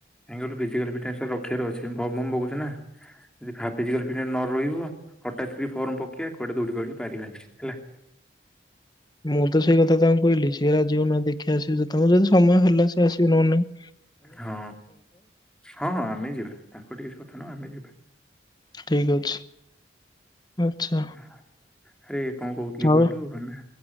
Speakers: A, in the centre; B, on the left (about 20°).
A: ଏଗୋଲୁ ଫିଯିକାଲ୍ ଫିଟ୍ ନେସ୍କୋ ର ରଖିବାର ଅଛି ପମ୍ ବମ୍ ବଗୁଚିନା ଯୋଦି ଖାପିକି ରଖିଦେଲେ ନ ରହିବ। ହଠାତ୍ କରି ଫର୍ମ ପକେଇବା କୁଆଡେ ଦୌଡ଼ି ଦୈଡ଼ି ପାରିବାନି ହେଲା।
B: ମୁଁ ତ ସେଇ କଥା ତାଙ୍କୁ କହିଲି ସିଏ ରାଜି ହେଉନାହାଁନ୍ତି ଦେଖିଆ ସେ ତମର ଯଦି ସମୟ ହେଲା ସିଏ ଆସିବ ନହେନେ ନାଇଁ।
A: ହଁ ହଁ ହଁ ଆମେ ଯିବା ତାଙ୍କ ଟି କିଛି କଥା ନାହ ଆମେ ଯିବା।
B: ଠିକ ଅଛି ଆଚ୍ଛା
A: ଆରେ କଣ କହୁଥିଲି
B: ଆଉ
A: କହିଲୁ ଆମେ